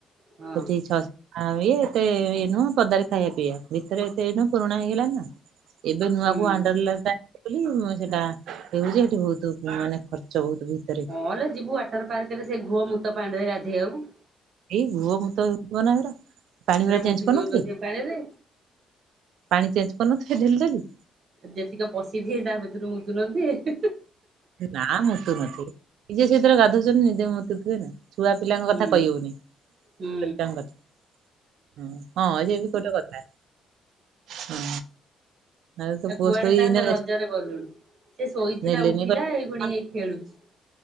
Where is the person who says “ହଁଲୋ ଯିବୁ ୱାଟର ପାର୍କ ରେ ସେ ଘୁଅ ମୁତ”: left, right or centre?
Right